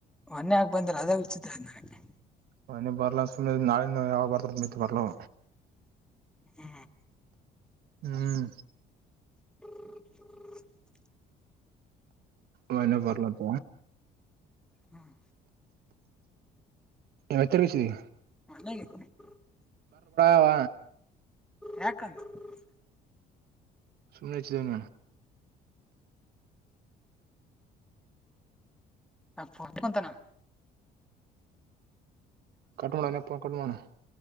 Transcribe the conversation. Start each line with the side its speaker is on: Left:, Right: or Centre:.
Centre: ಮೊನ್ನೆ ಹಾಕ್ ಬಂದರ ಅದಾಗ ಉಚತ್ರ್ ನನಗೆ
Right: ಮನೆಿ ಬರ್ಲ ಸು ನಾಳ ಯಾವ ಬರ್ದ ಬರ್ಲವ
Centre: ಹ್ಮ
Right: ಹ್ಮ್
Centre: <unintelligible>
Right: ವನ ಬರ್ಲಂತ
Centre: ಹ್ಮ್
Right: ಹೈತರೀಷಿದ
Centre: ಹ
Right: ಅವ
Centre: ಯಾಕಂತ <unintelligible>
Right: ಶುನ್ನ ತನ
Centre: ಹಕಂತಾನ
Right: ಕಟ್ ಮಾಡೋಣಪ್ಪ ಕಟ್ ಮಾಡೋಣ